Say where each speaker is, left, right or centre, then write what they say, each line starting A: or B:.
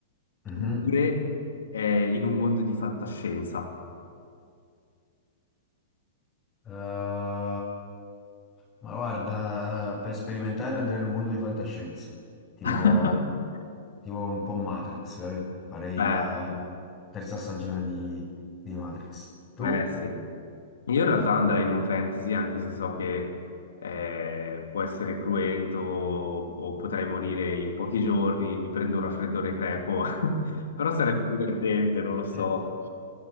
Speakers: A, on the left (about 20°); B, on the left (about 85°).
A: Mhm.
B: Oppure eh, in un mondo di fantascienza.
A: Eh, ma guarda, per sperimentare andrei in un mondo di fantascienza, tipo,
B: <laughs>
A: tipo un po' Matrix, capi? Farei
B: Eh,
A: la terza stagione di, di Matrix. Tu?
B: eh, sì. Io in realtà andrei in un fantasy anche se so che eh, può essere cruento o potrei morire in pochi giorni, mi prendo un raffreddore crepo, <laughs> però sarebbe divertente, non lo so,
A: Eh,